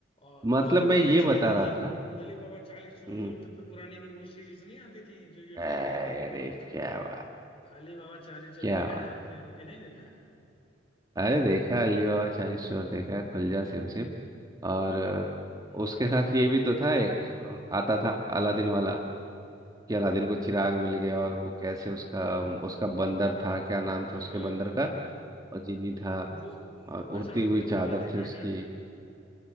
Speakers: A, on the left; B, on the right.
A: और
B: मतलब
A: मुझे तो
B: मैं
A: वो भी
B: ये
A: अच्छी लगती
B: बता रहा
A: थी
B: था
A: अली बाबा चालीस चोर
B: हम्म
A: यूट्यूब पे पुरानी वो सीरीज नहीं आती थी जो यूट्यूब
B: अरे
A: पे मतलब बहुत
B: क्या बात
A: अली बाबा चालीस चोर
B: क्या
A: देखा
B: बात
A: है आपने वो कि नहीं देखा है
B: अरे देखा अली बाबा चालीस चोर देखा खुल जा सिम सिम। और
A: हम्म।
B: उसके साथ ये भी तो था एक आता था अलादीन वाला कि अलादीन को चिराग मिल गया और वो कैसे उसका उसका बंदर था क्या नाम
A: हाँ
B: था उसके बंदर का और जीनी था
A: वो म,
B: और उड़ती
A: अच्छा आपने
B: हुई
A: वो
B: चादर
A: वाला देखा
B: थी उसकी
A: है क्या